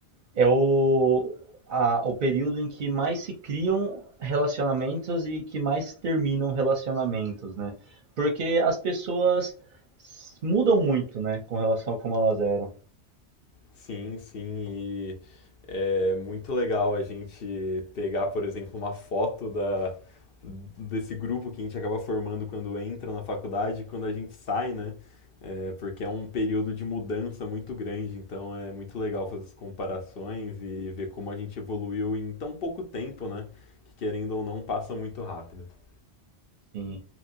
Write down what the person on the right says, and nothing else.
é o, a- o período em que mais se criam relacionamentos e que mais terminam relacionamentos, né? Porque as pessoas s- mudam muito, né, com relação a como elas eram.
Sim.